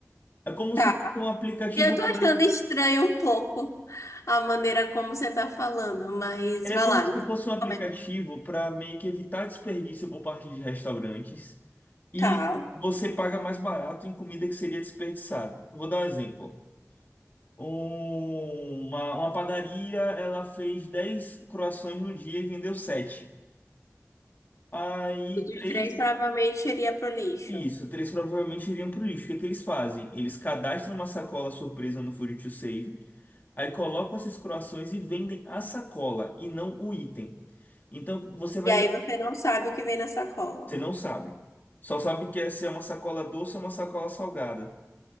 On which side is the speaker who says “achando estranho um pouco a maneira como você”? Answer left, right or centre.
Left